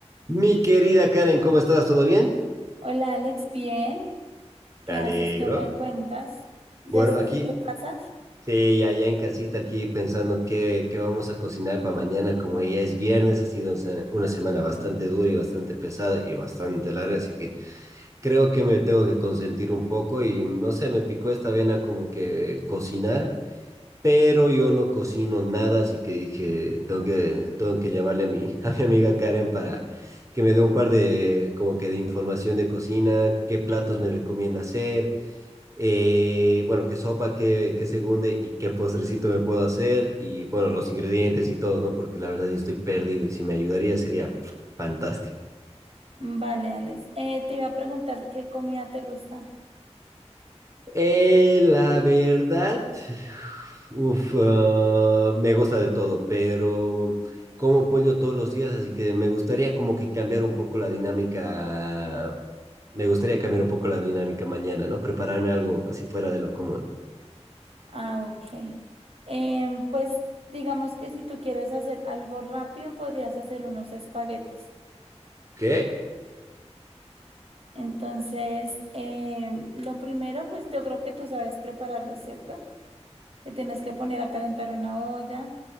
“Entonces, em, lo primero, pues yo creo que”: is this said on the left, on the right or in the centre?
Right